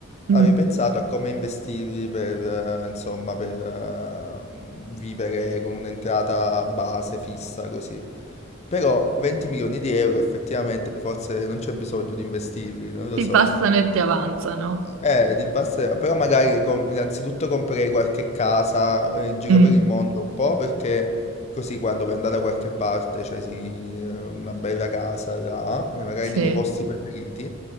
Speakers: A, on the right; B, on the left.
A: Mm.
B: avrei pensato a come investirli per, eh, insomma, per eh, vivere con un'entrata base fissa così. Però 20 milioni di euro effettivamente forse non c'è bisogno di investirli, non lo
A: Ti
B: so.
A: passano e ti avanzano.
B: Eh, di Barcellona, però magari com- innanzitutto comprerei qualche casa eh, in giro
A: Mm,
B: per il mondo un po' perché così quando poi andare da qualche parte, cioè sì, eh, una bella casa là, eh, magari
A: sì,
B: nei miei posti preferiti,